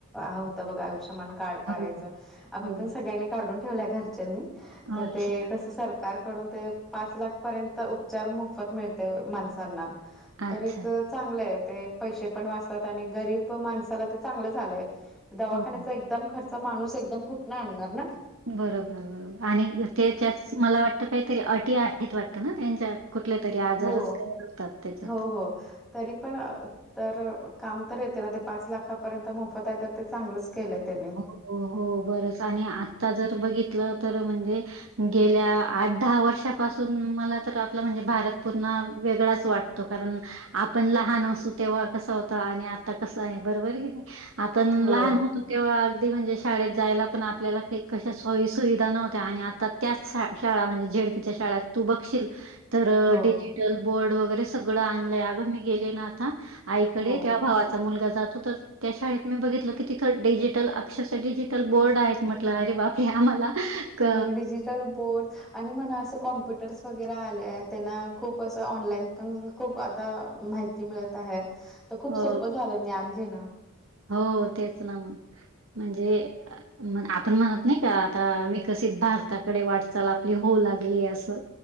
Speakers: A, in the centre; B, on the right.
A: होता बघा आयुष्यमान कार्ड काढायच.
B: हो,
A: आम्ही
B: हो.
A: पण सगळ्यांनी काढून ठेवलय घरच्यांनी तर
B: अच्छा,
A: ते कस सर कार्ड काढून ते पाच लाख पर्यंत उपचार मोफत मिळते माणसांना
B: अच्छा.
A: तर एक चांगलं आहे ते पैसे पण वाचतात आणि गरीब माणसाला ते चांगलं झालंय. दवाखान्याचा
B: हो.
A: एकदम खर्च माणूस एकदम कुठन आणणार ना.
B: बरोबर बरोबर आणि ते त्याच मला वाटत काहीतरी अटी आहेत वाटतं ना त्यांच्या कुठले तरी आजारच
A: हो.
B: कव्हर होतात त्याच्यात
A: हो हो. तरी पण तर काम तर येते ना ते पाच लाखापर्यंत मोफत आहे तर ते चांगलंच केलंय त्यांनी
B: हो हो बरंच आणि आत्ता जर बघितलं तर म्हणजे गेल्या आठ दहा वर्षापासून मला तर आपला म्हणजे भारत पुन्हा वेगळाच वाटत. तो कारण आपण लहान असू तेव्हा कस होत. आणि आता कसं आहे. बरोबर कि नाही. आता लहान
A: हो.
B: होत. तेव्हा अगदी म्हणजे शाळेत जायला पण आपल्याला काही कशा सोयी सुुविधा नव्हत्या आणि आता त्याच शाळा म्हणजे झेडपीच्या शाळेत तू बघशील. तर
A: हो
B: डिजिटल बोर्ड वगैरे सगळं आणलंय अगं मी गेले ना. अ.. आईकडे
A: हो
B: तेव्हा भावाचा मुलगा जातो तर त्या शाळेत मी बघितलं किती? डिजिटल अक्षरशः डिजिटल बोर्ड आहेत म्हटलं अरे बापरे आम्हाला क
A: अ डीजिटल बोर्ड आणि म्हणा असं कॉम्प्युटर्स वगैरे आले आहेत त्यांना खूप असं ऑनलाईन पण खूप आता माहिती मिळत आहे तर खूप
B: अ,
A: सोपं झालंय ज्ञान घेणं.
B: हो तेच ना म्ह म्हणजे म आपण म्हणत नाही का आता विकसित भारताकडे वाटचाल आपली होऊ लागली असं.